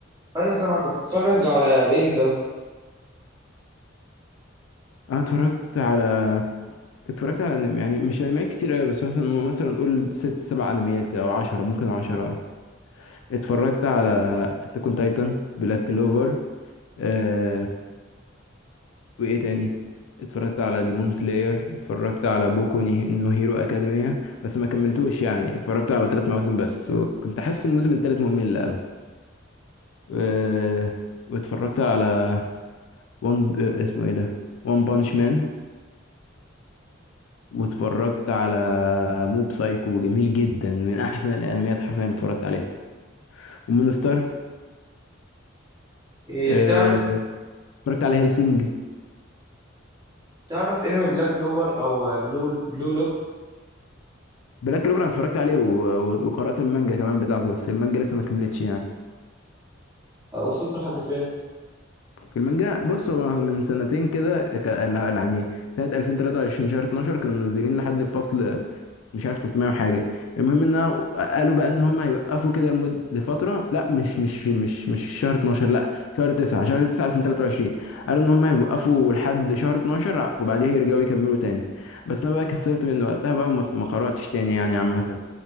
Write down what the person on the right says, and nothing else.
ايوه سامعك بتتفرج على ايه انت
إيه
تعرف
تعرف انمي بلاك كلوفر او بلو بلو لوك
أه، وصلت لحد فين